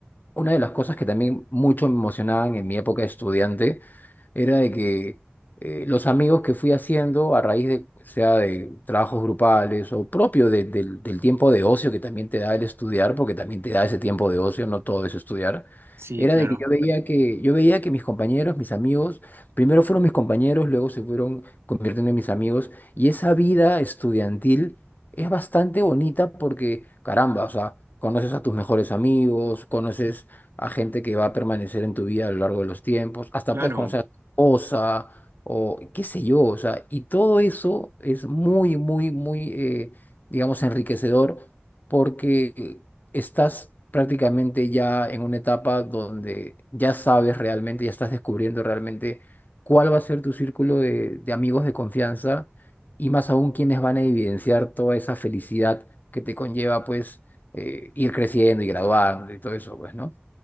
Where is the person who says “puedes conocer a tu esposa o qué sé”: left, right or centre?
Left